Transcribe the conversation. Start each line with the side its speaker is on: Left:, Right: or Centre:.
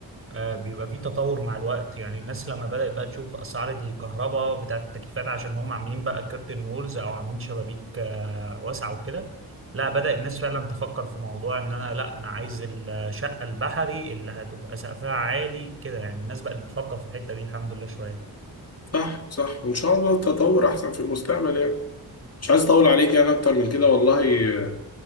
Right: آه، بيبقى في تطور مع الوقت يعني الناس لما بدأت بقى تشوف أسعار الكهرباء بتاعة التكييفات عشان هم عاملين بقى كيرتن وولز أو عاملين شبابيك آه، واسعة وكده لا بدأ الناس فعلا تفكر في موضوع إن أنا لا أنا عايز الشقة البحري اللي هتبقى سقفها عالي كده يعني الناس بقت بتفكر في الحتة دي الحمد لله شوية
Left: صح صح وان شاء الله تطور احسن في المستقبل يعني مش عايز اطول عليك يعني اكتر من كده والله آه،